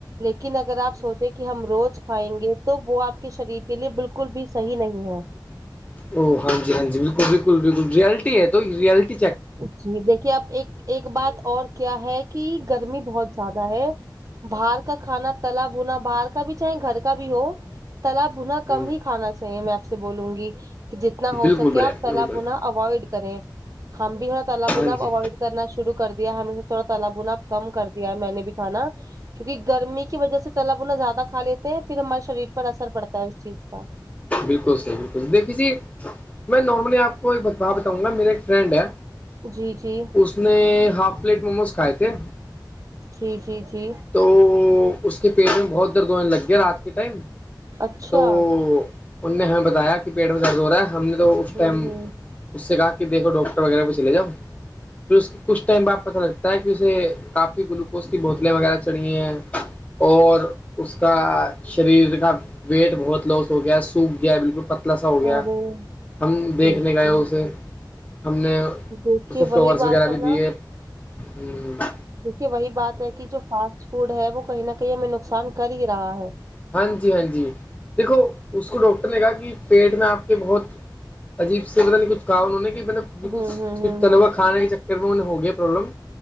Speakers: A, on the right (about 45°); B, on the left (about 15°).
A: لیکن اگر آپ سوچیں کہ ہم روز کھائیں گے تو وہ آپ کے شریر کے لیے بالکل بھی صحیح نہیں ہے
B: ا ہاں ج ہاں ج بالکل بالکل بالکل ریلٹی ہے تو رلٹی
A: جی دیکھیے اب ایک ایک بات اور کیا ہے کہ گرمی بہت زیادہ ہے باہر کا کھانا تالب ہونا باہر کا بھی چاہے گھر کا بھی ہو تالب بنا کم
B: ہ
A: ہی کھانا چاہیے میں آپ سے بولوں گی کہ جتنا ہو
B: بالکل
A: سکے
B: بڑھیا
A: آپ تلا
B: بالکل بڑھیا
A: بنا اوائڈ کریں ہم بھی تھا تعالی بناب
B: ہاں جی
A: اوائڈ کرنا شروع کر دیا ہے ہم تھوڑا تال بنا کم کر دیا ہے میں نے بھی کھانا کیوںکہ گرمی کی وجہ سے تال ب انا زیادہ کھا لیتے ہیں پھر ہمارے شریر پر اثر پڑتا ہے اس چیز کا
B: بالکل صی بالکل دھھییے میں نارملی آپ کو ایک بتاؤں گا میرے ایک فرینڈ ہے
A: جی جی
B: اس نے ہاف پلیٹ موموز کھائے تھے
A: جی جی جی
B: تو اس کے پیٹ میں بہت درد ہونے لگ گیا رات کے ٹائم
A: اچھا
B: تو ان نے ہمیں بتایا کہ پیٹ میں درد ہو رہا ہے ہم نے تو اس
A: ہوں
B: ٹائم
A: ہوں
B: اس سے کہا کہ دیکھو ڈاکٹر وغیرہ پہ چلے جؤ پھر اسس کچھ ٹائم ب آپ پتہ لگ تا ہے کہ اسے کافی گلوکوز کی بوتلیں وغیرہ چڑیے ہیں اور اس کا شریر کا ویٹ بہت لاس ہو گیا ہے سوکھ گیا بالکل پتلا سا ہو گیا
A: ارے
B: ہم دیکھنے
A: دیکھیے
B: گئے اسے ہم نے
A: دیکھیے
B: اسے
A: وہی
B: فلورس
A: بات
B: وغیرہ
A: ہے
B: بھی
A: نا
B: دیے ہ
A: دیکھیے وہی بات ہے کہ جو فاسٹ فوڈ ہے وہ کہیں نہ کہیں ہمیں نقصان کر ہی رہا ہے
B: ہاں جی ہاں جی دیکھو اس کو ڈاکٹر نے کہا کہ پیٹ میں آپ کے بہت عجیب سے پتا نہیں کچھ کہا انہوں نے کہ مطب بالکل
A: ہوں ہوں ہوں
B: کچھ تلوا
A: ہوں
B: کھانے کے چر پھر میں انیں ہو گیا پرابلم